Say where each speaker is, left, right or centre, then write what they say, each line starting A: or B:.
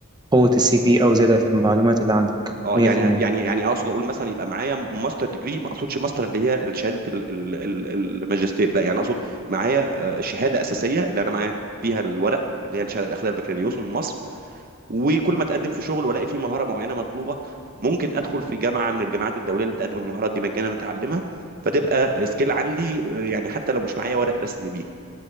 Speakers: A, on the right; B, on the right.
A: قوة السي في أو زيادة في المعلومات اللي عندك
B: اه
A: 100%
B: يعني يعني يعني اقصد اقول مثلا يبقى معايا ماستر ديجري ما اقصدش ماستر اللي هي شهاده ال- ال- ال- الماجستير لا يعني اقصد معايا آه، شهاده اساسيه اللي انا معايا بيها الورق اللي هي الشهاده الاخيره البكالوريوس من مصر وكل ما اتقدم في شغل والاقي فيه مهاره معينه مطلوبه ممكن ادخل في جامعه من الجامعات الدوليه اللي بتقدم المهارات دي مجانا اتعلمها فتبقى سكيل عندي آه، يعني حتى لو مش معايا ورق رسمي بيها